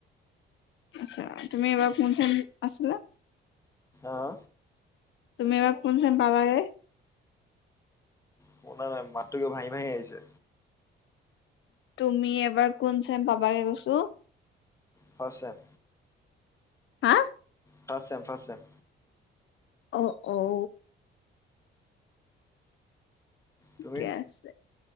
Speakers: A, on the left; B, on the left.
A: আচ্ছা তুমি এইবাৰ কোন চেম আছিলা
B: আ আ
A: তুমি এইবা কোন চেম পালাগে
B: শুনা নাই মাতটো কিবা ভাঙি ভাহি আহিছে
A: তুমি এবাৰ কোন চেম পাবাগে কৈছো।
B: ফাচ চেম
A: হা
B: ফাচচেম, ফাচচেম
A: অ অঔ ঠিকেই
B: তুমি
A: আছে